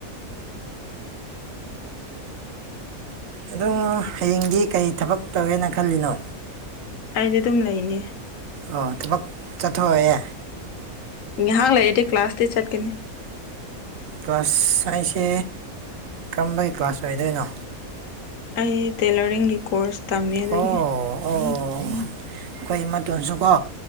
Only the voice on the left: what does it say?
ꯑꯩꯗꯤ ꯑꯗꯨꯝ ꯂꯩꯅꯤ
ꯉꯥꯏꯍꯥꯛ ꯂꯩꯥꯛꯑꯗꯤ ꯀ꯭ꯂꯥꯁꯇꯤ ꯆꯠꯀꯅꯤ
ꯑꯩ ꯇꯦꯂꯔꯤꯡꯒꯤ ꯀꯣꯔꯁ ꯇꯝꯃꯤ ꯑꯗꯨꯒꯤ